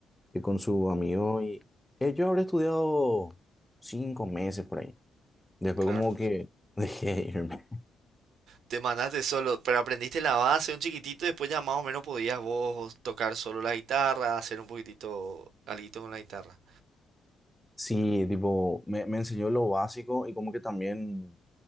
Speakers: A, in the centre; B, on the right (about 75°).
A: eh, con su amigo. Y eh, yo habré estudiado cinco meses por ahí. Después
B: claro.
A: como que <laughs> dejé de irme.
B: Te mandaste solo, pero aprendiste la base un chiquitito y después ya más o menos podías vos tocar solo la guitarra, hacer un poquitito alguito con la guitarra.
A: Sí, tipo, me, me enseñó lo básico y como que también